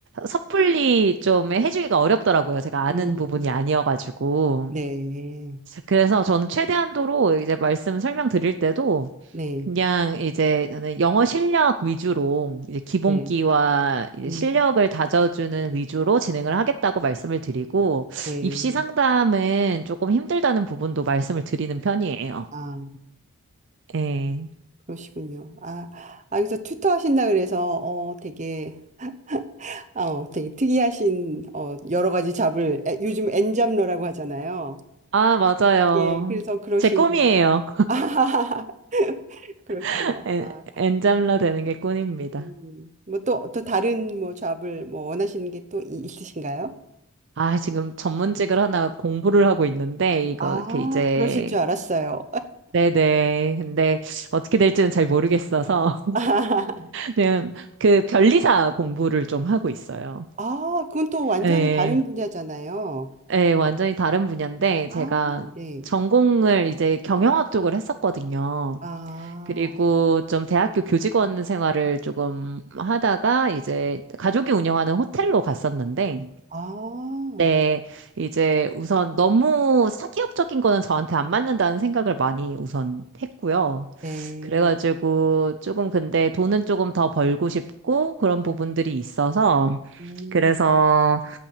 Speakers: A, on the right (about 55°); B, on the right (about 30°).
A: 섣불리 좀 해주기가 어렵더라고요. 제가 아는
B: 음,
A: 부분이 아니어가지고.
B: 네,
A: 그래서 저는 최대한도로 이제 말씀 설명드릴 때도,
B: 네,
A: 그냥 이제 저는 영어 실력 위주로 이제 기본기와
B: 네,
A: 이제
B: 음,
A: 실력을 다져주는 위주로 진행을 하겠다고 말씀을 드리고
B: 네.
A: 입시 상담은 조금 힘들다는 부분도 말씀을 드리는 편이에요.
B: 아,
A: 예.
B: 그러시군요. 아, 아, 여기서 튜터 하신다 그래서, 어, 되게, <laughs> 아, 어, 되게 특이하신, 어, 여러 가지 잡을, 에, 요즘 엔잡러라고 하잖아요.
A: 아, 맞아요.
B: 예, 그래서 그러신,
A: 제 꿈이에요.
B: <laughs> 아, 그러시구나.
A: <laughs> 엔,
B: 아,
A: 엔잠러 되는 게 꿈입니다.
B: 음, 뭐 또, 또 다른 뭐 잡을 뭐 원하시는 게 또 있으신가요?
A: 아, 지금 전문직을 하나 공부를 하고 있는데 이거
B: 아,
A: 이렇게 이제
B: 그러실 줄 알았어요.
A: 네네. 근데 어떻게 될지는 잘 모르겠어서
B: <laughs>
A: 지금 그 변리사 공부를 좀 하고 있어요.
B: 아, 그건 또 완전히
A: 예,
B: 다른 네. 분야잖아요.
A: 예, 완전히 다른 분야인데
B: 아,
A: 제가
B: 네.
A: 전공을 이제 경영학 쪽을 했었거든요.
B: 아,
A: 그리고 좀 대학교 교직원 생활을 조금 하다가 이제 가족이 운영하는 호텔로 갔었는데,
B: 아,
A: 네, 이제 우선 너무 사기업적인 거는 저한테 안 맞는다는 생각을 많이 우선 했고요.
B: 네.
A: 그래가지고 조금 근데 돈은 조금 더 벌고 싶고 그런 부분들이 있어서
B: 음,
A: 그래서